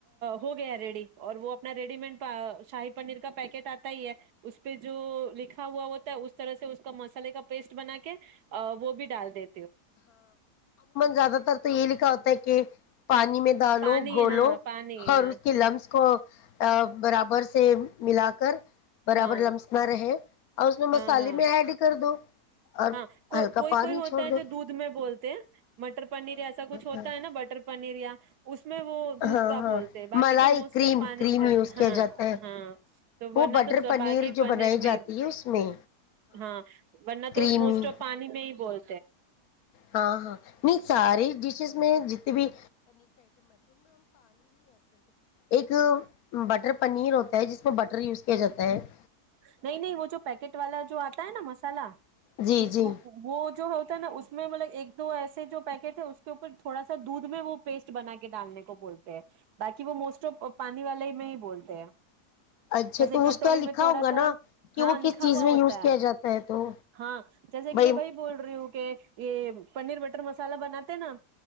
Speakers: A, on the right; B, on the left.
A: ہو گئے ہیں ریڈی اور وہ اپنا ریڈیمنٹ ساہی پنیر کا پیکٹ اتا ہی ہے اس پہ جو لکھا ہوا ہوتا ہے اس طرح سے اس کا مسئلے کا پیسٹ بنا کے وہ بھی ڈال دیں
B: زیادہ تر تو یہ لکھا ہوتا <inaudible> پانی میں ڈالوں
A: پانی
B: گولوں
A: ہاں پانی
B: اور
A: ہاں
B: اس کے لمس کو برابر سے ملا کر برابر
A: ہاں
B: لمس نہ رہے اس نے
A: ہاں
B: مصالحے
A: ہاں
B: میں ایڈ کر دو اور
A: ہاں کو
B: ہلکا
A: کوئی
B: پانی
A: کوئی ہوتا
B: چھوڑ دے
A: <inaudible> مٹر پنیر ایسا کچھ ہوتا
B: ہاں
A: ہے نا بٹر پنیریا اس میں وہ دودھ
B: ہاں
A: کا
B: ہاں
A: بولتے ہیں باقی
B: ملائی
A: تو موسٹ
B: کریم
A: اف پانی
B: کریم
A: کا
B: یوز
A: ہاں
B: کیا جاتا ہے
A: ہاں تو
B: وہ
A: ورنہ
B: بٹر
A: تو س
B: پنیر
A: باقی
B: جو بنائی
A: میں
B: جاتی ہے اس میں
A: ہاں ورنہ تو
B: کریمی
A: اس موسٹ پانی میں ہی بول
B: ہاں ہاں نہیں ساری ڈشز میں جتنی بھی ایک بٹر پنیر ہوتا ہے جس میں بٹر یوز کیا جاتا ہے اس کے بارے میں پتہ تو لگانا ہی ہے
A: نہیں نہیں وہ جو پیکٹ والا جو اتا ہے نا مصالہ
B: جی
A: <unintelligible>
B: جی
A: جو ہوتا ہے نا اس میں ملک ایک دو ایسے جو پیکٹ ہے اس کے اوپر تھوڑا سا دودھ میں وہ پیسٹ بنا کے ڈالنے کو بولتے ہیں باقی وہ موسٹ پانی والا ہی میں ہی بولتے ہیں
B: اچھا
A: جیسے
B: تو
A: کٹوری
B: اس کا
A: میں تھوڑا
B: ہوگا
A: سا
B: نا کہ
A: ہاں
B: وہ
A: لکھا
B: کس چیز
A: ہوا
B: میں
A: ہوتا
B: یوز کیا
A: ہے
B: جاتا تو
A: ہاں جیسا کہ
B: بھائی
A: میں وہی بول رہی ہوں کیونکہ پنیر بٹر مصالحہ بناتے ہیں نا